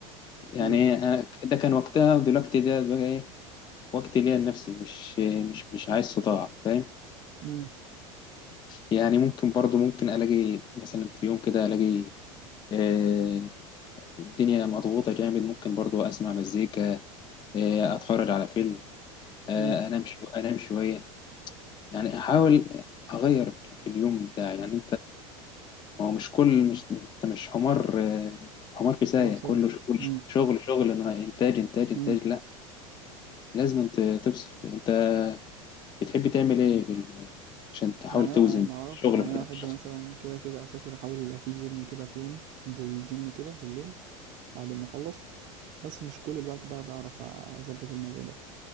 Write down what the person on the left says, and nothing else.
يعني
إيه، أنا- ده كان وقتها دلوقتي ده بقى ايه وقت ليا لنفسي مش مش مش عايز صداع فاهم
يعني ممكن برضو ممكن الاقي مثلا في يوم كده الاقي آه، الدنيا مضغوطة جامد ممكن برضو اسمع مزيكا آه، اتفرج على فيلم آه،
انام شو انام شوية يعني احاول اغير في اليوم بتاعي يعني ما هو مش كل مش مش- انت مش حمار آه، حمار في سايق
كله شغل
شغل شغل إنها انتاج انتاج انتاج
لا لازم انت تفصل انت بتحب تعمل ايه بال... عشان تحاول
توزن
الشغل
في
حياتك
الشخصية